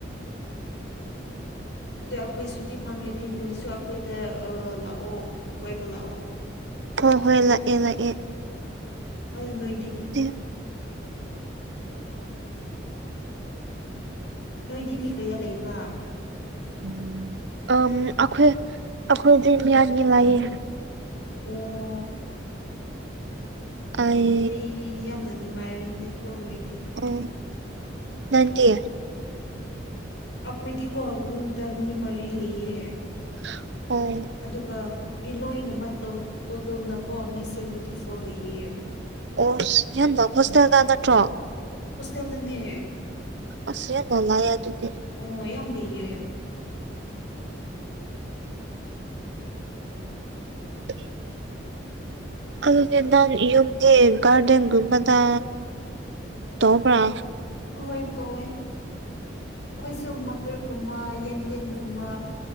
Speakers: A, on the left; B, on the right.
A: ꯑꯗꯨ ꯑꯩꯈꯣꯏ ꯁꯨꯇꯤ ꯐꯪꯔꯗꯤ ꯅꯣꯏꯁꯨ ꯑꯩꯈꯣꯏꯗ ꯑ ꯂꯥꯛꯑꯣ ꯀꯣꯏꯕ ꯂꯥꯛꯑꯣ
B: ꯍꯣꯏ ꯍꯣꯏ ꯂꯥꯛꯑꯦ ꯂꯥꯛꯑꯦ
A: ꯑꯗꯨ ꯅꯣꯏꯗꯤ
B: <unintelligible>
A: ꯅꯣꯏꯗꯤ ꯃꯤ ꯀꯌꯥ ꯂꯩꯕ꯭ꯔꯥ
B: ꯎꯝ ꯑꯝ ꯑꯩꯈꯣꯏ ꯑꯩꯈꯣꯏꯗꯤ ꯃꯤꯌꯟ ꯅꯨꯡꯉꯥꯏꯌꯦ
A: ꯑꯣ
B: ꯑꯩ
A: <unintelligible> ꯌꯥꯝꯅ ꯅꯨꯡꯉꯥꯏꯔꯅꯤ ꯀꯣ ꯅꯣꯏ
B: ꯑꯣ ꯅꯠꯇꯦ
A: ꯑꯩꯈꯣꯏꯗꯤꯀꯣ ꯔꯨꯝꯗ ꯃꯤ ꯃꯔꯤ ꯂꯩꯌꯦ
B: <unintelligible>
A: ꯑꯗꯨꯒ ꯃꯤ ꯂꯣꯏꯅꯃꯛꯇꯣ ꯇꯣꯇꯜꯅꯀꯣ ꯃꯤ ꯁꯦꯚꯦꯟꯇꯤ ꯐꯣꯔ ꯂꯩꯌꯦ
B: ꯑꯣ ꯅꯪꯒꯥ ꯍꯣꯁꯇꯦꯜꯗ ꯅꯠꯇ꯭ꯔꯣ <unintelligible>
A: ꯍꯣꯁꯇꯦꯜꯗꯥꯅꯦ
B: ꯑꯁ ꯌꯥꯝꯅ <unintelligible> ꯑꯗꯨꯗꯤ
A: ꯑꯣ ꯌꯥꯝ ꯂꯩꯌꯦ
B: <inaudible> ꯑꯗꯨꯗꯤ ꯅꯪ ꯌꯨꯝꯗꯤ ꯒꯥꯔꯗꯦꯟꯒꯨꯝꯕꯗ ꯇꯧꯕ꯭ꯔꯥ
A: ꯍꯣꯏ ꯇꯧꯋꯦ ꯑꯩꯈꯣꯏꯁꯨꯃꯛ ꯇꯔꯒꯨꯝꯕ ꯌꯦꯟꯗꯦꯝꯒꯨꯝꯕ